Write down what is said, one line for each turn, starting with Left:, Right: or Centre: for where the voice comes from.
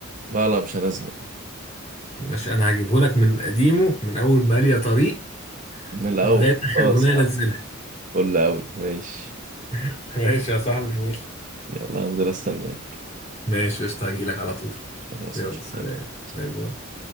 Right: لا لا مش هنزهق
Left: ماشي انا هجيبه لك من قديمه من اول ما قال يا طريق
Right: من الاول
Left: لغايه اخر
Right: خلاص
Left: اغنيه
Right: يا
Left: انزلها
Right: عم فل قوي ماشي
Left: <laughs> ماشي يا صاحبي فول
Right: يلا هنزل استنى
Left: ماشي قشطة هجيلك على طول
Right: خلاص
Left: يلا
Right: قشطة
Left: سلام
Right: يلا سلام.
Left: باي باي